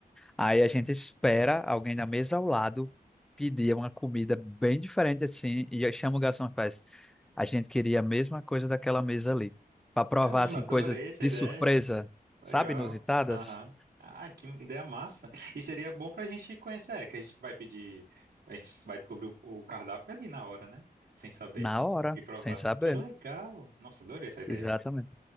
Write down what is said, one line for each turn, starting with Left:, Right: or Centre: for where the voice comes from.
Centre: Aí a gente espera alguém na mesa ao lado pedir uma comida bem diferente assim, e aí chama o garçom e faz. A gente queria a mesma coisa daquela mesa ali. Para provar
Right: Caramba,
Centre: assim,
Right: adorei
Centre: coisas
Right: essa
Centre: de
Right: ideia.
Centre: surpresa,
Right: Legal.
Centre: sabe, inusitadas,
Right: Aham. Ah, que ideia massa. E seria bom pra gente conhecer, é, que a gente vai pedir, a gente vai descobrir o, o cardápio ali na hora, né? Sem saber.
Centre: na hora,
Right: E provar.
Centre: sem saber.
Right: Que legal. Nossa, adorei essa ideia.
Centre: Exatamente.